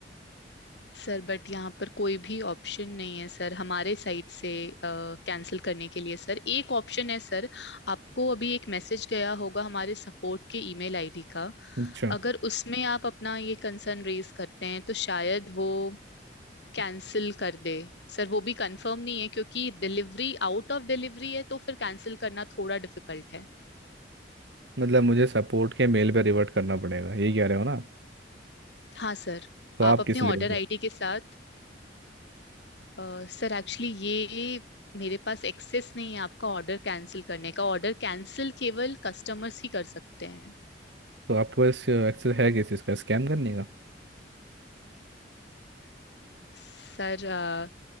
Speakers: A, on the left; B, on the right.
A: सर बट यहाँ पर कोई भी ऑप्शन नहीं है सर हमारे साइड से कैंसिल करने के लिए सर एक ऑप्शन है सर आपको अभी एक मैसेज गया होगा हमारे सपोर्ट के ईमेल आईडी का
B: अच्छा
A: अगर उसमें आप अपना ये कंसर्न रेज करते हैं तो शायद वो कैंसिल कर दे सर वो भी कंफर्म नहीं है क्योंकि डिलीवरी आउट ऑफ डिलीवरी है तो फिर कैंसिल करना थोड़ा डिफिकल्ट है
B: मतलब मुझे सपोर्ट के मेल पे रिवर्ट करना पड़ेगा ये कह रहे हो ना आप
A: हाँ सर
B: तो
A: आप
B: आप
A: अपने
B: किस
A: ऑर्डर
B: लिए हो
A: आईडी के साथ अ, सर एक्चुअली ये मेरे पास एक्सेस नहीं है आपका ऑर्डर कैंसिल करने का ऑर्डर कैंसिल केवल कस्टमर्स ही कर सकते हैं
B: तो आपके पास एक्सेस है किस चीज़ का स्कैम करने का
A: सर अ,